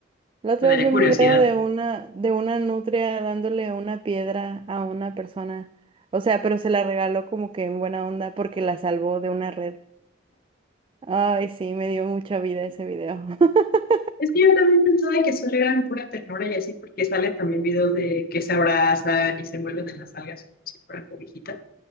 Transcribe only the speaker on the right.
La otra
vez vi un
video de una, de una nutria dándole una piedra a una persona. O sea, pero se la regaló como que en buena onda porque la salvó de una red. Ay, sí, me dio mucha vida ese video. <laughs>